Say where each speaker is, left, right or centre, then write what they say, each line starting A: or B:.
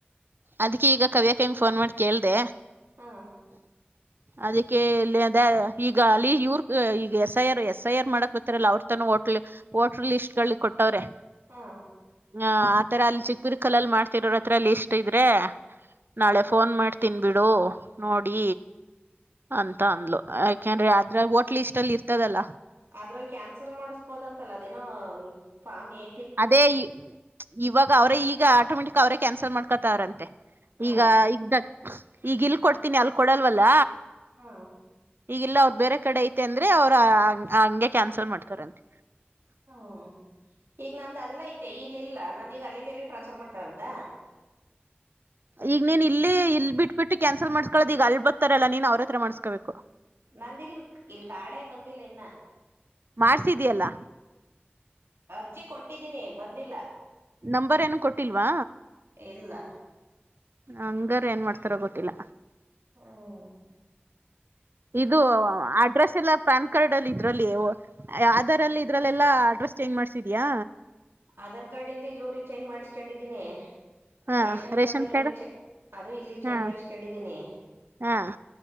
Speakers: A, on the right; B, on the right.
A: ಅದ್ಕ ಈಗ ಕವ್ಯಾಕ ಹಂಗಗೆ ಫೋನ್ ಮಾಡಿ ಕೇಳ್ದ.
B: ಹಾ.
A: ಅದಕ್ಕೆ ಇಲ್ಲಿ ಅದ ಈಗ ಅಲ್ಲಿ ಇವ್ರ ಈಗ S I R S I R ಮಾಡಕ್ ಬರ್ತಾರಲ್ಲ ಅವ್ರ ತ ಹೋಟ್ ಲಿಸ್ಟ್. ವೋಟರ್ ಲಿಸ್ಟ್ ಗಳು ಕೊಟ್ಟವ್ರೆ.
B: ಹಾ.
A: ಹ ಆತರ ಅಲ್ಲಿ ಚಿಕ್ಕಬುರ್ ಕಲ್ಲ್ಲಿ ಮಾಡ್ತಿರೋರ ಹತ್ರ ಲಿಸಸ್ ಇದ್ರೆ ನಾಳೆ ಫೋನ್ ಮಾಡ. ತಿನ್ಬಿಡು ನೋಡಿ ಅಂತ ಅಂದ್ಲು ಯಾಕಂದ್ರಿ ಅ್ರ ಒ. ಲೀಸ್ಟ್ ಅಲ್ಲಿ ಇರ್ತದಲ್ಲ.
B: ಅದ್ರಲ್ಲಿ ಕ್ಯಾನ್ಸಲ್ ಮಾಡಸ್ಬೋದ ಅಂತಲ್ಲ ಅದೇನೋ ಫಾರ್ಮ್ ಏ.
A: ಅದೇ ಇವಾಗ ಅವರೇ ಈಗ ಆಟೋಮೆಟಿಕ್ ಅವರೇ ಕ್ಯಾನ್ಸಲ್ ಮಾಡ್ಕೊತಾವ್ರಂತೆ.
B: ಹಾ
A: ಈಗ ಈಗ ಈಗ ಇಲ್ ಕೊಡ್ತೀನಿ ಅಲ್ ಕೊಡಲ್ವಲ್ಲ.
B: ಹಾ.
A: ಈಗಿಲ್ಲ ಅವ್ರ ಬೇರೆ ಕಡೆ ಐತೆ ಅಂದ್ರೆ ಅವ್ರ ಹಂಗೆ ಕ್ಯಾನ್ಸಲ್ ಮಾಡ್ತಾರಂತೆ.
B: ಹ್ಮ ಈಗ ನಂದ ಅಲ್ಲ ಐತೆ ಇಲ್ಲಿ ಇಲ್ಲ ನಂದೀಗ ಅಲ್ಲಿಂದ ಎಲ್ಲಿ ಟ್ರಾನ್ಸ್ಫರ್ ಮಾಡ್ತನಿ. ರಂತ.
A: ಈಗ ನೀನ್ ಇಲ್ಲಿ ಇಲ್ ಬಿಟ್ ಬಿಿಟ್ಟು ಕ್ಯಾನ್ಸಲ್ ಮಾಡಸ್ಕೊಳ್ಳದ್ ಈಗ ಅಲ್ ಬರ್ತಾರಲ್ಲ ನೀನ್ ಅವ್ರ ಹತ್ರ ಮಾಡ್ಸ್ಕೋಬೇಕು.
B: ನಂದಿಲ್ ಇಲ್ ಕಾಡೆ ಬಂದಿಲ್ಲ ಇನ್ನ.
A: ಮಾಡ್ಸಿದಯಲ್ಲ.
B: ಅರ್ಜಿ ಕೊಟ್ಟಿದ್ದೀನಿ ಬಂದಿಲ್ಲ.
A: ನಂಬರ್ ಏನು ಕೊಟ್ಟಿಲ್ವಾ.
B: ಇಲ್ಲ
A: ಹಂಗಾರ ಏನ್ ಮಾಡ್ತಾರ ಗೊತ್ತಿಲ್ಲ.
B: ಹ್ಮ.
A: ಇದು ಅಡ್ರೆಸ್ ಎಲ್ಲ ಪ್ಯಾನ್ ಕಾರ್ಡ್ ಅಲ್ಲಿ ಇದ್ರಲ್ಲಿ. ದರಲ್ಲಿ ಇದ್ರಲ್ಲೆಲ್ಲಾ ಅಡ್ರೆಸ್ ಚೇಂಜ್ ಮಾಡ್ಸಿದ್ಯಾಾ.
B: ಆಧಾರ್ ಕಾರ್ಡ್ ಇಂದ ಇಲ್ಲೂರಿ ಚೇಂಜ್ ಮಾಡಿಸ್ಕೊಂಡಿದ್ದೀನಿ.
A: ಹಾ
B: ರೇಷನ್ ಕಾರ್ಡು ಇಲ್ಲಿವ
A: ಕಾರ್ಡ್
B: ಅದು ಇಲ್ಲಿ ಚೇಂಜ್
A: ಹಾ
B: ಮಾಡಿಸಕೊಂಡಿದ್ದೀನಿ.
A: ಹಾ